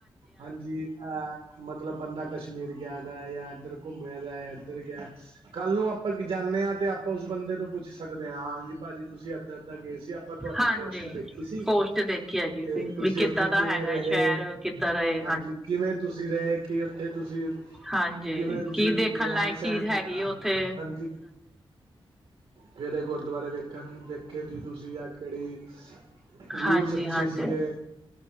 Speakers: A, on the right; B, in the centre.
A: ਹਾਂਜੀ, ਇਹ ਮੱਤਲਬ ਬੰਦਾ ਕਸ਼ਮੀਰ ਗਿਆ। ਮੈਂ ਗਿਆ ਜਾਂ ਇੱਧਰ ਘੁੰਮਿਆ, ਜਾਂ ਇੱਧਰ ਗਿਆ। ਕੱਲ ਨੂੰ ਆਪਾਂ ਜਾਂਦੇ ਹਾਂ। ਅਤੇ ਆਪਾਂ ਉਸ ਬੰਦੇ ਨੂੰ ਪੁੱਛ ਸਕਦੇ ਹਾਂ, ਹਾਂਜੀ ਭਾਜੀ ਤੁਸੀਂ ਇੱਦਾਂ- ਇੱਦਾਂ ਗਏ ਸੀ ਆਪ। ਆਪਾਂ ਤੁਹਾਡੀ
B: ਹਾਂਜੀ
A: ਪੋਸਟ ਦੇਖੀ ਸੀ।
B: ਪੋਸਟ ਦੇਖੀ ਹੈਗੀ
A: ਤੇ
B: ਸੀ
A: ਤੁਸੀਂ
B: ਵੀ ਕਿੱਦਾਂ
A: ਉੱਥੇ
B: ਦਾ
A: ਕਿਵੇਂ
B: ਹੈਗਾ
A: ਰਹੇ।
B: ਸ਼ਹਿਰ ਕਿੱਦਾਂ ਦਾ ਏ।
A: ਹਾਂਜੀ, ਕਿਵੇਂ ਤੁਸੀਂ ਰਹੇ। ਕੀ ਉੱਥੇ ਤੁਸੀਂ।
B: ਹਾਂਜੀ
A: ਕਿਵੇਂ ਤੁਸੀਂ
B: ਕੀ ਦੇਖਣ
A: ਰਹਿਣ
B: ਲਾਇਕ
A: ਸਹਿਣ
B: ਚੀਜ਼ ਹੈਗੀ
A: ਕੀਤਾ
B: ਉੱਥੇ
A: ਹਾਂਜੀ ਕਿਹੜੇ ਗੁਰੂਦੁਆਰੇ ਵੇਖਣ ਵੇਖੇ ਦੀ ਤੁਸੀਂ ਆ ਕਿਹੜੀ ਵਿਊਜ਼
B: ਹਾਂਜੀ
A: ਅੱਛੇ
B: ਹਾਂਜੀ
A: ਸੀਗੇ।